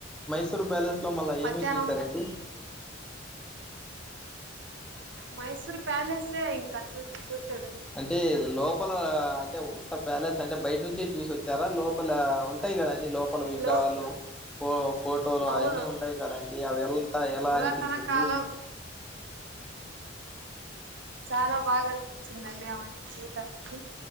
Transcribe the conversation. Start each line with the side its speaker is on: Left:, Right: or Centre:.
Centre: మైసూర్ ప్యాలెస్ లో మళ్ళా ఏమేం
Right: మధ్యాహ్నం
Centre: చూసారండి,
Right: మైసూర్ ప్యాలెసె ఇంకా చూస్ చూస్,
Centre: అంటే లోపల అంటే ఉత్త ప్యాలెస్ అంటే బయట నుంచే చూసి వచ్చారా లోపల ఉంటాయి కదండి లోపల విగ్రహాలు
Right: లో
Centre: ఫో ఫోటోలు
Right: అవును
Centre: అవన్నీ ఉంటాయి, కదండి అవి అంత ఎలా
Right: పురాతన
Centre: అనిపించింది.
Right: కాలం చాలా బాగా అనిపించిందండి అవన్నీ చూడానికి,